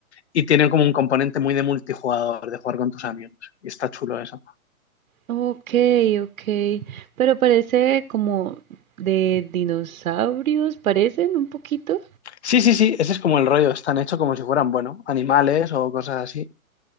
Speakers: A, on the left; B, on the right.
A: Y tiene como un componente muy de multijugador, de jugar con tus amigos. Y está chulo eso.
B: Ok, ok. Pero parece como de dinosaurios, parecen un poquito.
A: Sí, sí, sí, ese es como el rollo. Están hechos como si fueran, bueno, animales o cosas así.